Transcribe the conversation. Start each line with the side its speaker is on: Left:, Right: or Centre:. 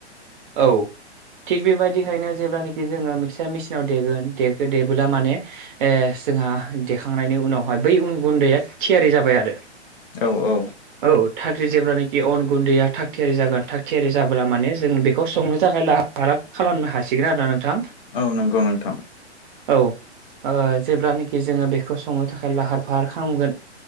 Right: औ। थिग बेबायदिखायनो जेब्लानोखि जोङो मिक्सार मिसिनाव देगोन देखो देबोला माने ए जोंहा देखांनायनि उनावहाय बै उन गुन्दैआ थियारि जाबाय आरो।
Left: औ औ।
Right: औ थाख्रि जेब्लानोखि अन गुन्दैया थाग थियारि जागोन थाग थियारि जाबोला माने जों बेखौ संनो थाखाय लाहा बारा खालामनो हासिगोन आरोना नोंथां।
Left: औ नंगौ नोंथां।
Right: औ ओ जेब्लानोखि जोङो बेखौ संनो थाखाय लाहार फाहार खालामगोन